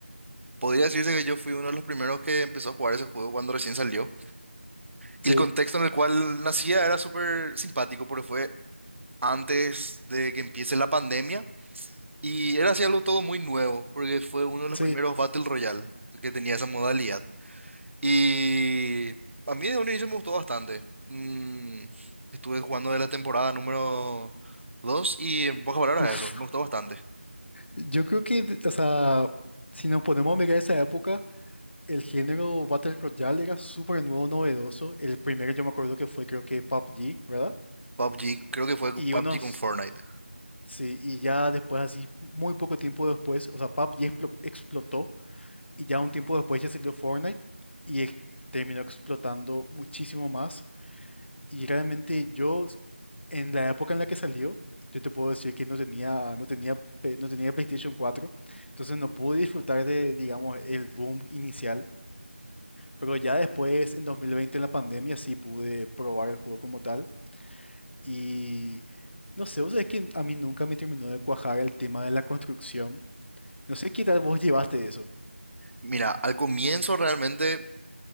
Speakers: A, on the right; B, on the left.
A: podría decirse que yo fui uno de los primeros que empezó a jugar ese juego cuando recién salió. Y
B: Sí,
A: el contexto en el cual nacía era súper simpático, porque fue antes de que empiece la pandemia. Y era así algo todo muy nuevo, porque fue uno de los
B: sí.
A: primeros Battle Royale que tenía esa modalidad. Y a mí de un inicio me gustó bastante. Mm, estuve jugando de la temporada número 2 y en pocas palabras
B: Uf.
A: eso, me gustó bastante.
B: Yo creo que, d- o sea, si nos ponemos a mirar esa época, el género Battle Royale era súper nuevo, novedoso. El primero yo me acuerdo que fue creo que PUBG, ¿verdad?
A: PUBG, creo que fue PUBG
B: Y unos,
A: con Fortnite.
B: sí, y ya después, así, muy poco tiempo después, o sea, PUBG explo- explotó y ya un tiempo después ya salió Fortnite y ex- terminó explotando muchísimo más. Y realmente yo, s- en la época en la que salió, yo te puedo decir que no tenía, no tenía, pe- no tenía PlayStation cuatro entonces no pude disfrutar de, digamos, el boom inicial. Pero ya después, en 2020, en la pandemia, sí pude probar el juego como tal. Y no sé, vos sabés que a mí nunca me terminó de cuajar el tema de la construcción. No sé qué tal vos llevaste eso.
A: Mira, al comienzo realmente